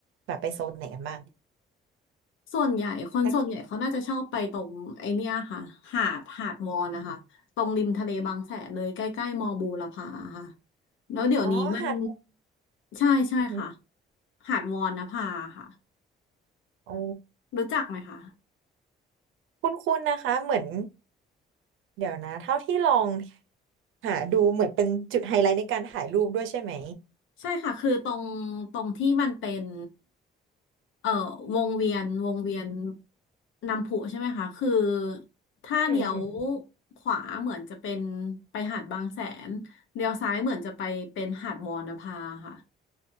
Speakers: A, on the right; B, on the left.
A: แบบไปโซนไหนกันบ้าง
B: ส่วนใหญ่คนส่วนใหญ่เขาน่าจะชอบไปตรงไอเนี้ยค่ะ
A: ถ้า
B: หาดหาดวอนนะคะตรงริมทะเลบางแสนเลยใกล้ๆมอบูรพาค่ะ แล้วเดี๋ยวนี้มัน
A: อ๋อหาด
B: ใช่ใช่ค่ะ
A: อือหือ
B: หาดวอนนภาค่ะ
A: อ๋อ
B: รู้จักไหมคะ
A: คุ้นๆนะคะเหมือนเดี๋ยวนะเท่าที่ลองหาดูเหมือนเป็นจุดไฮไลท์ในการถ่ายรูปด้วยใช่ไหม
B: ใช่ค่ะคือตรงตรงที่มันเป็นเอ่อวงเวียนวงเวียนน้ำพุใช่ไหมคะคือถ้าเลี้ยว
A: อืม
B: ขวาเหมือนจะเป็นไปหาดบางแสนเลี้ยวซ้ายเหมือนจะไปเป็นหาดวอนภาค่ะ